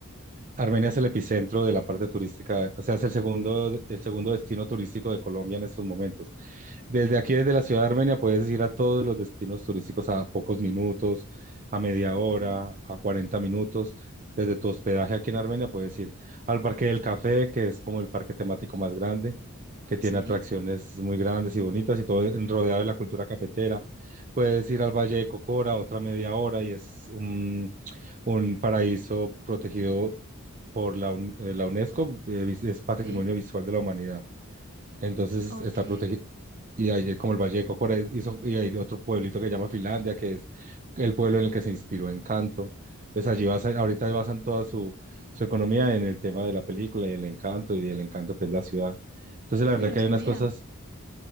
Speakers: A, on the right; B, on the right.
A: Armenia es el epicentro de la parte turística, o sea, es el segundo, el segundo destino turístico de Colombia en estos momentos. Desde aquí, desde la ciudad de Armenia, puedes ir a todos los destinos turísticos a pocos minutos, a media
B: Ok.
A: hora, a 40 minutos. Desde tu hospedaje aquí en Armenia puedes ir al Parque del Café, que es como el parque temático más grande, que tiene
B: Sí,
A: atracciones muy grandes y bonitas y todo en- rodeado de la cultura cafetera. Puedes ir al Valle de Cocora, otra media hora, y es un, un paraíso protegido por la, UN- eh, la UNESCO, eh, es Patrimonio
B: sí.
A: Visual de la Humanidad. Entonces
B: Ok.
A: está protegido. Y ahí, como el Valle de Cocora, y, son- y hay otro pueblito que se llama Finlandia, que es el pueblo en el que se inspiró Encanto. Entonces allí basan ahorita basan toda su, su economía en el tema de la película y el encanto y el encanto que es la ciudad. Entonces
B: Uy,
A: la verdad
B: no
A: que
B: sabía.
A: hay unas cosas,